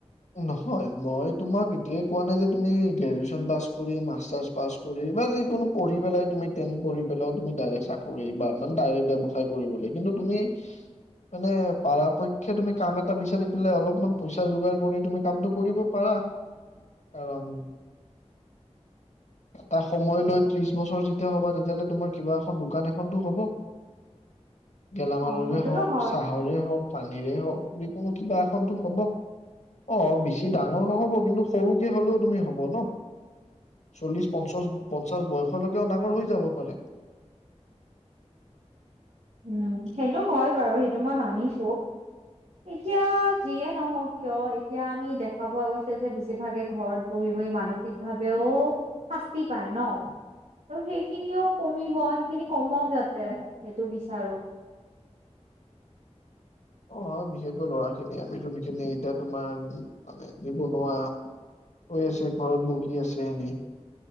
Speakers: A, on the left; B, on the right.
A: নহয় মই তোমাক এতিয়াই কোৱা নাই যে তুমি গ্ৰেজোৱেচন পাছ মাষ্টাচ পাছ কৰি বা যি কোনো পঢ়ি পেলাই তুমি টেন পঢ়ি পেলাও তুমি ডাইৰেক্ট চাকৰি বা ইমান ডাইৰেক্ট ব্যবসায় কৰিব লে কিন্তু তুমি মানে পৰাপক্ষে তুমি কাম এটা বিচাৰি পেলাই অলপমান পইচা যোগাৰ কৰি তুমি কামটো কৰিব পাৰা কাৰণ
B: <inaudible>
A: এটা সময় লৈ ত্ৰিশ বছৰ যেতিয়া হ'বা তেতিয়ালে তোমাৰ কিবা এখন দোকান এখনটো হ'ব।
B: <inaudible>
A: গেলামালৰে
B: অ সেইটোতো
A: হওঁক,
B: হয়
A: চাহৰে হওঁক, পানীৰে হওঁক যি কোনো কিবা এখন টো হ'ব। অ' বেছি ডাঙৰ নহ'ব কিন্তু সৰুকে হলেও তুমি হ'ব ন। চল্লিশ পঞ্চাশ পঞ্চাছ বয়সলৈকেও ডাঙৰ হৈ যাব পাৰে।
B: উম সেইটো হয় বাৰু সেইটো মই মানিছোঁ। এতিয়া যিয়ে নহওঁক কিয় এতিয়া আমি দেখা পোৱা গৈছে যে বেছিভাগে ঘৰত বহি মানসিক ভাৱেও শাস্তি পায় ন। ত' সেইখিনিও কমিব সেইখিনি কমক যাতে সেইটো বি চাৰো।
A: অ' বিশেষকৈ ল'ৰা খিনি আমি যোনখিনি এতিয়া তোমাৰ মানে নিবনুৱা হৈ আছে ঘৰত বহি আছে এনেই